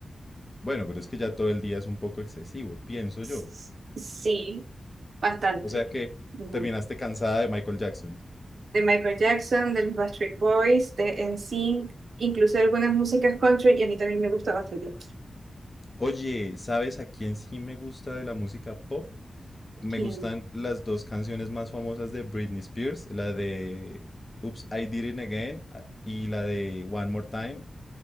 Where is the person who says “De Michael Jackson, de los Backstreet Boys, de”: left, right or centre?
Right